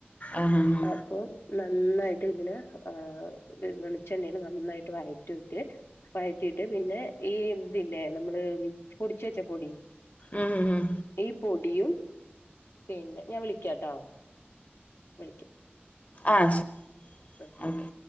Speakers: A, on the left; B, on the left.
A: ആണ് ണ്
B: അപ്പൊ നന്നായിട്ട് ഇതിനെ ഏഹ് വെളിച്ചെണ്ണൽ നന്നായിട്ട് വഴറ്റ വറ്റ് വഴറ്റിട്ട് പിന്നെ ഈ ഇതില്ലേ നമ്മള് പൊടിച്ച വെച്ച പൊടി
A: ഉം ഉം
B: ഈ പൊടിയും പിന്നെ ഞാൻ വിളിക്കാട്ടോ വിളിക്കാം
A: ആഹ് ശ്
B: ആ
A: ഒക്കെ